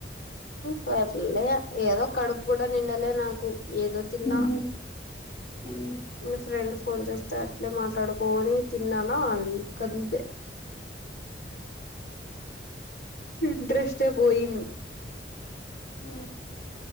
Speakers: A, on the left; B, on the left.
A: పర్లే ఏదో కడుపు కూడా నిండలే నాకు ఏదో తిన్నా
B: మ్మ్, మ్మ్, మ్మ్.
A: మీ ఫ్రెండ్ ఫోన్ చేస్తూ త అట్లే మాట్లాడుకోనీ తిన్నానా ఇంకా అంతే ఇంట్రెస్టే పోయి
B: ఆ